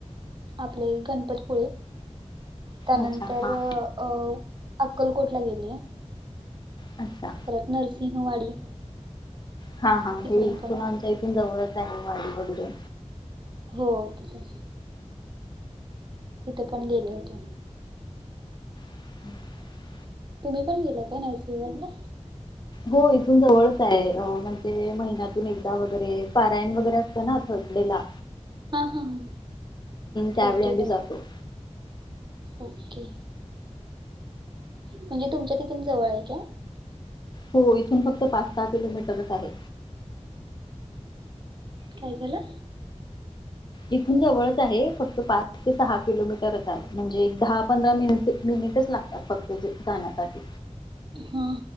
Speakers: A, on the right (about 40°); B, on the left (about 40°).
A: आपले गणपतीपुळे त्यानंतर
B: अच्छा हा
A: अ अक्कलकोट ला गेलेय
B: अच्छा
A: परत नरसिंहवाडी
B: हा हा
A: तिकडून
B: हे इथुन
A: पण
B: आमच्या
A: आले.
B: इथुन जवळच आहे वाडी वगैरे
A: हो तिथं तिथं पण गेले होते
B: <inaudible>
A: तुम्ही पण गेला काय नृसिंहवाडीला
B: हो इथून जवळच आहे म्हणजे महिन्यातून एकदा वगैरे पारायण वगैरे असते ना थर्सडे ला
A: हा हा हा
B: त्यावेळी
A: थर्सडे
B: आम्ही
A: ला
B: जातो
A: अस ओके म्हणजे तुमच्या तिथून जवळ हाय का
B: हो इथून फक्त पाच सहा किलोमीटरच आहे
A: काय झालं
B: इथून जवळच आहे फक्त पाच ते सहा किलोमीटरच आहे म्हणजे एक दहा पंधरा मिनिट मिनिटच लाग आत्ता तुझे धान्यासाठी
A: हा